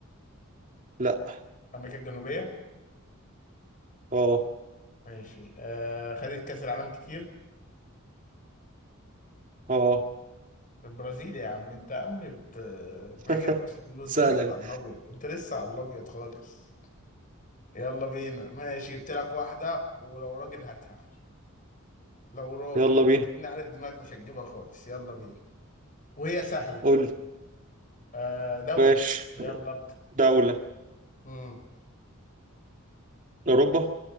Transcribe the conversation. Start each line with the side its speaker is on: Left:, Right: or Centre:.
Right: لا
Left: أمريكا الجنوبية
Right: اه
Left: ماشي آه خدت كأس العالم كتير
Right: اه
Left: البرازيل يا عم انت يا عم بت
Right: <laughs>
Left: راجل نفسك كله انت
Right: سهلة
Left: لسه
Right: دي
Left: على الابيض انت لسه على الابيض خالص يلا بينا ماشي جبت لك واحدة ولو راجل هاتها لو راجل
Right: يلا بينا
Left: انا عارف دماغك مش هتجيبها خالص يلا بينا وهي سهلة
Right: قول لي.
Left: آه دولة
Right: ماشي
Left: يلا ابدا
Right: دولة
Left: امم
Right: أوروبا